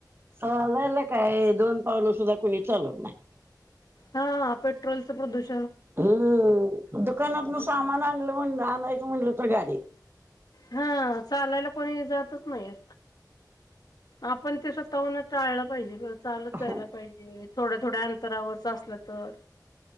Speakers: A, on the right (about 30°); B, on the left (about 60°).
A: चाललं काय दोन पावलं सुद्धा कोुणी चालत नाही
B: हा पेट्रोल स प्र दूष
A: हम् दुकानात म सामान आणलं म्हण आणायचं म्हणल तर गाडी
B: हा चालायला कोणीजातच नाही आ आपण ते स्वतःहून टाळलं पाहिजे चालत
A: हो
B: जायला पाहिजे थोड्या थोड्या अंतरावर अस तर